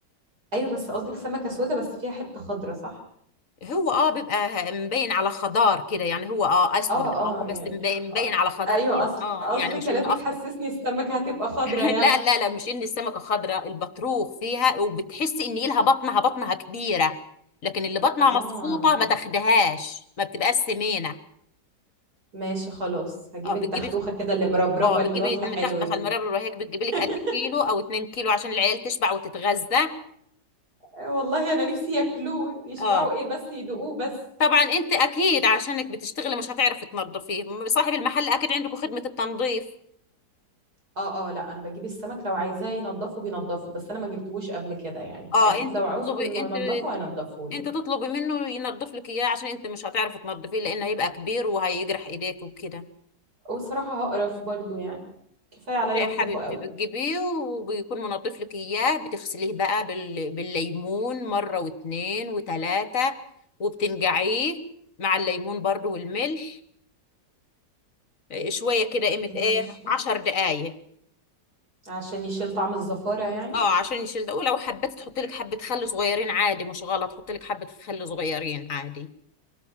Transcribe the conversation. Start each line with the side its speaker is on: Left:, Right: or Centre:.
Right: ايوه بس قصدك سمكه سودا بس فيها حته خضراء صح
Left: هو اه بيبقى مبين على خضار كده يعني هو اه أسود
Right: اه
Left: اه
Right: اه يعني
Left: بس مبين, مبين
Right: آه
Left: على خضار
Right: ايوه
Left: كده
Right: اصل
Left: اه
Right: اصل
Left: يعني مش
Right: كلامك
Left: إنه أخضر
Right: حسسني السمكة هتبقى خضرة
Left: <laughs>
Right: يعني
Left: لا لا لا مش إن السمكة خضراء البطروخ فيها وبتحسي إن إلها بطنها بطنها كبيرة لكن اللي بطنها
Right: اه
Left: مصفوطة ما تاخدهاش ما بتبقاش سمينة
Right: ماشي خلاص هجيب
Left: اه
Right: التختوخة
Left: بتجيبي
Right: كده اللي مربربة
Left: اه بتجيبي
Right: اللي واكلة حلوة
Left: تخته
Right: دي
Left: المربى الرهيق بتجيبي
Right: <laughs>
Left: لك قد كيلو او 2 كيلو عشان العيال تشبع وتتغذى
Right: آه والله انا نفسي ياكلوه يشبعوا
Left: اه
Right: ايه بس يدوقوه بس
Left: طبعا انت اكيد عشانك بتشتغلي مش هتعرفي تنظفيه صاحب المحل اكيد عندكم خدمة التنظيف
Right: اه اه لا انا بجيب السمك لو عايزاه ينضفه بينضفه بس انا ما جبتهوش قبل كده يعني
Left: اه
Right: فاكيد
Left: انت
Right: لو
Left: بتطلبي
Right: عوزته انه
Left: انت
Right: ينضفه هينضفه لي
Left: انت تطلبي منه ينظف لك اياه عشان انت مش هتعرفي تنظفيه لان هيبقى كبير وهيجرح ايديك وكده
Right: وصراحة هقرف برضو يعني كفاية عليا
Left: لا يا
Right: اطبخه
Left: حبيبتي
Right: قوي
Left: بتجيبيه وبيكون منظف لك اياه بتغسليه بقى بال... بالليمون مرة واتنين وتلاتة وبتنقعيه مع الليمون برضو والملح شويه كده قيمه
Right: ماشي
Left: ايه عشر دقايق
Right: عشان يشيل طعم الزفارة يعني
Left: اه عشان يشيل ده ولو حبيت تحط لك حبه خل صغيرين عادي مش غلط حط لك حبه خل صغيرين عادي